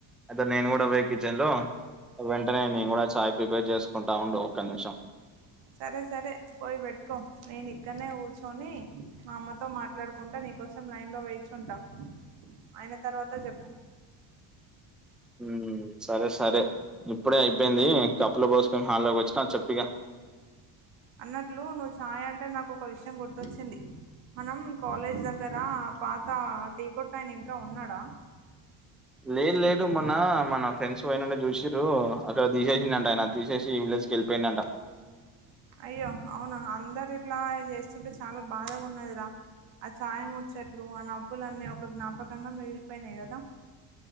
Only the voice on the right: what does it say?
సరే సరే పోయి పెట్టుకో నేను ఇక్కడనే కూర్చొని మా అమ్మతో మాట్లాడుకుంటా నీ కోసం లైన్ లో వేచి ఉంటా అయిన తర్వాత చెప్పు
అన్నట్లు నువ్వు ఛాయ్ అంటే నాకు ఒక విషయం గుర్తొచ్చింది మనం కాలేజ్ దగ్గర పాత టీ కొట్టు అయినా ఇంకా ఉన్నాడా
అయ్యో అవునా అందరు ఇట్లా చేస్తుంటే చాలా బాధగా ఉన్నది ఆ ఛాయ ముచ్చట్లు ఆ నవ్వులు అన్నీ ఒక జ్ఞాపకంగా మిగిలిపోయినాయి కదా